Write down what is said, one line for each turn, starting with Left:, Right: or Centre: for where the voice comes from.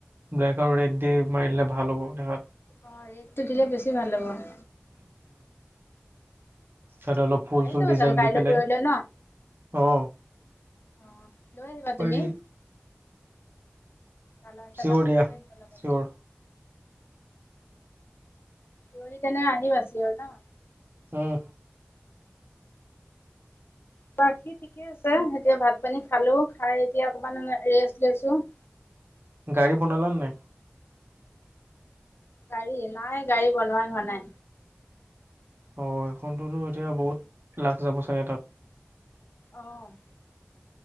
Right: ব্লেক আৰু ৰেড দি মাৰিলে ভাল হ'ব দেখাত
Left: অ ৰেডটো দিলে বেছি ভাল হ'ব
Right: তাত অলপ ফুল
Left: আহি
Right: চুল
Left: যাব
Right: ডিজাইন
Left: চাগে কাইলৈ
Right: দি পেলাই
Left: পৰহিলৈ ন
Right: অ
Left: অ লৈ আহিবা
Right: পাৰি
Left: তুমি কালাৰ চালাৰ
Right: চিয়ৰ
Left: বিলাক
Right: দিয়া
Left: লৈ আহিবা লগতে
Right: চিয়ৰ
Left: ৰহি কেনে আহিও আছিয়ৰ ন
Right: অ'
Left: বাকী ঠিকে আছে। এতিয়া ভাত পানী খালো খাই এতিয়া অকমান ৰেষ্ট লৈছো। <unintelligible>
Right: গাড়ী বনালা নাই?
Left: গাড়ী নাই গাড়ী বনোৱা হোৱা নাই।
Right: অ' এখনততো এতিয়া বহুত লাখ যাব চাগে তাত
Left: অ'